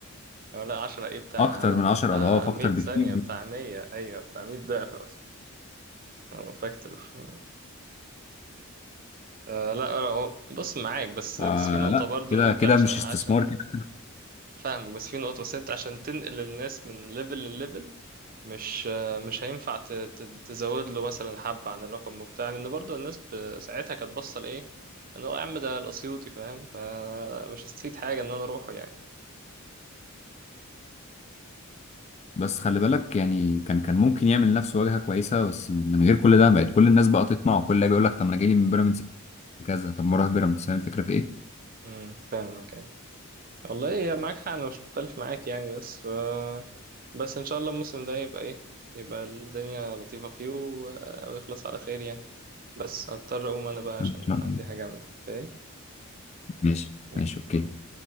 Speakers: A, on the right; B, on the left.
A: أو لا عشرة إيه بتاع
B: اكتر من 10
A: بتاع
B: اضعاف اكتر
A: مية ثانية
B: بكتير
A: بتاع مية أيوة بتاع مية ضعف مثلا أو فاكتور ف... آه لا لا، هو- بص معاك بس
B: فلا
A: بس في نقطة برضو
B: كده
A: إن أنت
B: كده
A: عشان
B: مش
A: عشان
B: استثمار كده
A: فاهمك بس في نقطة بس أنت عشان تنقل الناس من ليفل لليفل مش آه، مش هينفع ت- ت- تزود له مثلا حبة عن الرقم وبتاع لأن برضو الناس ب- ساعتها كانت باصة لإيه؟ إن هو يا عم ده الأسيوطي فاهم فمش هستفيد حاجة إن أنا أروحه يعني
B: بس خلي بالك يعني كان كان ممكن يعمل لنفسه واجهه كويسه بس من غير كل ده بقت كل الناس بقى تطمع وكل اللي بيقول لك طب ما انا جاي لي من بيراميدز كذا طب ما اروح بيراميدز فاهم الفكره في ايه؟
A: امم فاهمك يعني والله إيه معاك حق انا مش مختلف معاك يعني بس ف... بس ان شاء الله الموسم ده يبقى ايه يبقى الدنيا لطيفة فيه و... آه، ويخلص على خير يعني بس هضطر اقوم انا بقى عشان
B: إن شاء الله.
A: عندي حاجة اعمل اوكي
B: ماشي
A: يلا،
B: ماشي اوكي
A: باي.